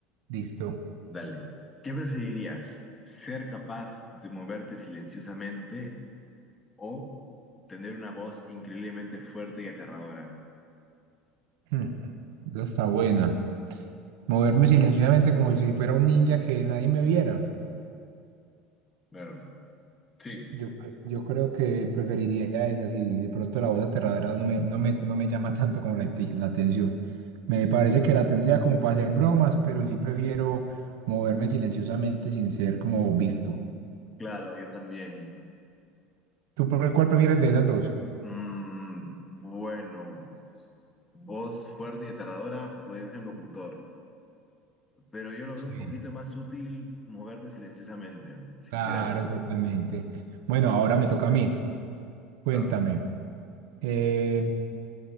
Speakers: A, on the right; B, on the left.
A: listo.
B: Dale. ¿Qué preferirías? ¿Ser capaz de moverte silenciosamente o tener una voz increíblemente fuerte y aterradora?
A: Hmm, esa está buena. Moverme silenciosamente como si fuera un ninja que nadie me viera.
B: Claro, sí,
A: Yo, yo creo que preferiría esa si de pronto la voz aterradora no me, no me, no me llama tanto como la, ati- la atención. Me parece que la tendría como para hacer bromas, pero sí prefiero moverme silenciosamente sin ser como visto.
B: claro, yo también.
A: ¿Tú por cuál prefieres de esas dos?
B: Mm, bueno. Voz fuerte y aterradora, puede ser locutor, pero yo lo veo
A: Sí.
B: un poquito más útil moverte silenciosamente, sinceramente.
A: Claro, totalmente. Bueno, ahora me toca a mí. Cuéntame,
B: Claro.
A: eh,